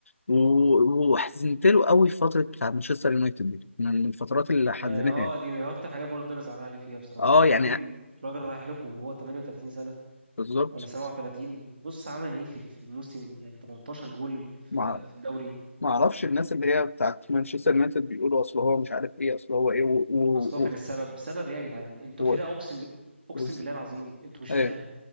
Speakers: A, on the left (about 85°); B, on the right (about 50°).
A: و- وحزنت له قوي في فتره بتاعت مانشستر يونايتد دي من الفترات اللي
B: يعني
A: حزنتني
B: اه
A: يعني.
B: دي من اكتر حاجات برضه انا زعلان عليه فيها بصراحه
A: اه
B: الراجل
A: يعني
B: الراجل رايح لكم وهو 38 سنه
A: بالظبط
B: ولا 37 بص عمل ايه في ال- في الموسم يعني 18 جول ف-
A: ما
B: في الدوري
A: ما اعرفش الناس اللي هي بتاعت مانشستر يونايتد بيقولوا اصل هو مش عارف ايه اصل هو ايه و... و...
B: اصل هو
A: و...
B: كان السبب سبب ايه يا جدعان انتوا
A: و...
B: فرقه اقسم ب... اقسم
A: و...
B: بالله العظيم انتوا مش
A: ايوه
B: فرقه